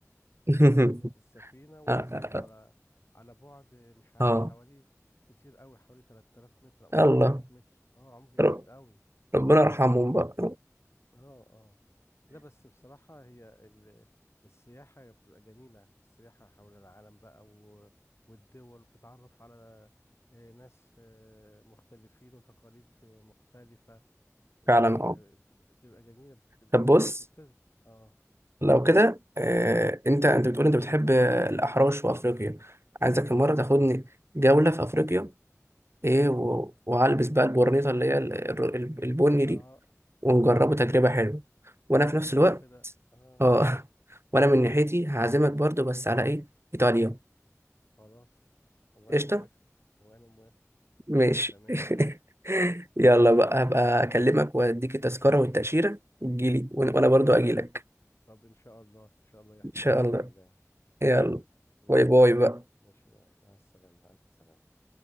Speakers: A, on the right; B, on the left.
A: <laughs>
B: ارتطمت السفينة ونزلت
A: اه آه.
B: على على بعد مش عارف
A: اه،
B: حوالي كتير قوي حوالي 3000 متر او
A: يلا
B: 4000 متر اه عمق جامد
A: رب-
B: قوي
A: ربنا يرحمهم بقى
B: اه اه لا بس بصراحة هي ال... السياحة بتبقى جميلة السياحة حول العالم بقى و... والدول بتتعرف على آه، ناس آه، مختلفين وتقاليد آه، مختلفة وبتبقى
A: فعلا اه
B: بتبقى جميلة بت- بتك...
A: طب بص
B: بتكتسب اه
A: لو كده آه، انت انت بتقول انت بتحب الاحراش وافريقيا عايزك
B: اه
A: المره
B: يا
A: تاخدني
B: ريت
A: جوله في افريقيا
B: يا
A: ايه
B: رب
A: و- وهلبس بقى البورنيطه
B: يا
A: اللي
B: رب
A: هي ال- ال- البني
B: اه
A: دي ونجربه
B: يا رب
A: تجربه حلوه وانا
B: ننظمه
A: في نفس الوقت
B: كده اه
A: اه <laughs> وانا من ناحيتي هعزمك برضو بس على ايه ايطاليا
B: خلاص وانا
A: قشطه
B: موافق وانا موافق
A: ماشي
B: تمام
A: <laughs> يلا
B: تمام
A: بقى هبقى اكلمك واديك التذكره والتاشيره وتجيلي وأنا- وانا برضو اجيلك
B: طب ان شاء الله ان شاء الله يحصل
A: ان شاء
B: بإذن
A: الله
B: الله
A: يلا
B: ماشي
A: باي باي بقى
B: ماشي مع مع السلامة ألف سلامة